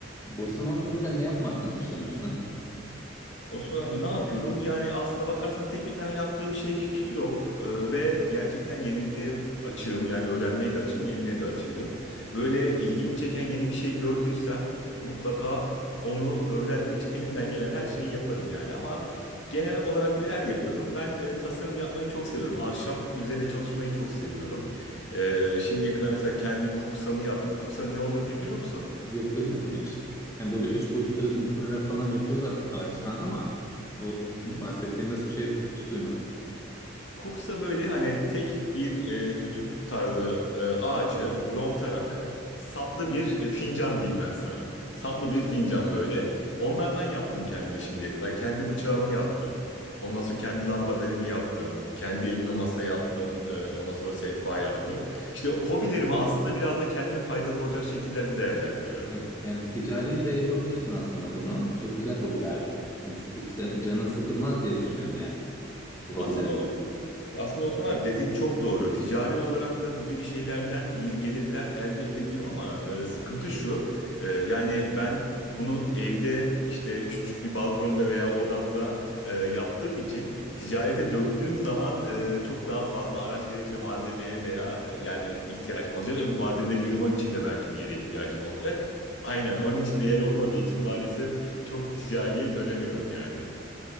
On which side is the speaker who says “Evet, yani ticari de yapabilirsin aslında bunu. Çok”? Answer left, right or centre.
Left